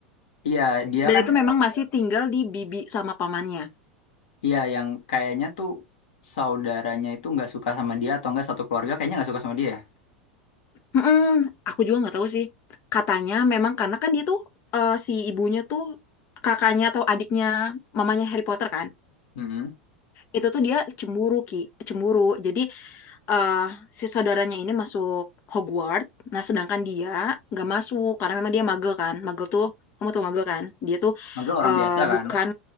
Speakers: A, on the left; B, on the left.
A: Iya, dia
B: Dan
A: kan,
B: itu memang masih tinggal di bibi sama pamannya.
A: iya yang kayaknya tuh saudaranya itu nggak suka sama dia atau nggak satu keluarga kayaknya nggak suka sama dia. ya?
B: Mm-mm, aku juga nggak tahu sih. Katanya memang karena kan dia tuh eh, si ibunya tuh kakaknya atau adiknya mamanya Harry Potter kan.
A: Mm-mm.
B: Itu tuh dia cemburu Ki, cemburu. Jadi eh si saudaranya ini masuk Hogwarts. Nah, sedangkan dia nggak masuk karena memang dia magel kan. Magel tuh kamu tuh magel kan? Dia tuh
A: Magel orang
B: eh,
A: biasa kan,
B: bukan